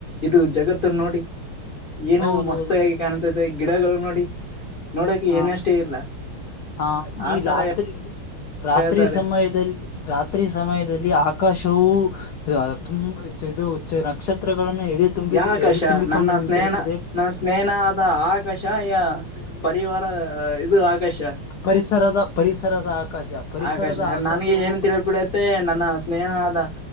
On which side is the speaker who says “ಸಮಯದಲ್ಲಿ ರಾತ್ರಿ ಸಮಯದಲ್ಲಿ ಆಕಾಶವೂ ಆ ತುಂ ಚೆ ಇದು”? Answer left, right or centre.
Left